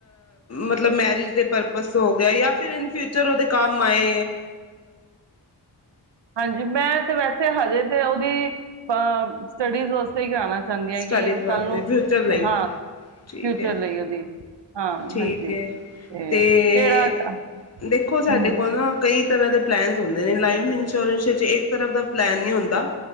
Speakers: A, on the left (about 35°); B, on the right (about 80°).
A: ਮਤਲਬ ਮੈਰਿਜ ਦੇ ਪਰਪਜ਼ ਹੋ ਗਿਆ ਜਾ ਫਿਲਿਨ ਫਿਊਚਰ ਉਹਦੇ ਕਾ ਮੈਂ।
B: ਹਾਂਜੀ ਮੈਂ ਤੇ ਵੈਸੇ ਹਜੇ ਤੇ ਉਹ ਵੀ ਆਪਾਂ ਸਟੱਡੀਜ਼ ਵਾਸਤੇ ਹੀ ਕਹਿਣਾ ਸੀ। ਚਾਂਹਦੀ ਆ
A: ਸਟੱਡੀਜ਼
B: ਕਿ
A: ਵਾਸਤੇ
B: ਕੱਲ ਨੂੰ
A: ਫਿਊਚਰ ਲਈ
B: ਹਾਂ
A: ਠੀਕ
B: ਫਿਊਚਰ
A: ਹੈ,
B: ਲਈ ਉਹਦੀ ਹਾਂ
A: ਠੀਕ
B: ਹਾਂਜੀ
A: ਹੈ
B: ਜਿਹੜਾ
A: ਤੇ
B: ਹੂੰ
A: ਦੇਖੋ ਸਾਡੇ ਕੋਲ ਨਾ ਕਈ ਤਰ੍ਹਾਂ ਦੇ ਪਲੈਨਜ ਹੁੰਦੇ ਨੇ ਲਾਈਫ ਇੰਸ਼ੋਰੈਂਸ ਵਿੱਚ ਇਹ ਤਰਫ ਦਾ ਪਲੈਨ ਨਹੀਂ ਹੁੰਦਾ।।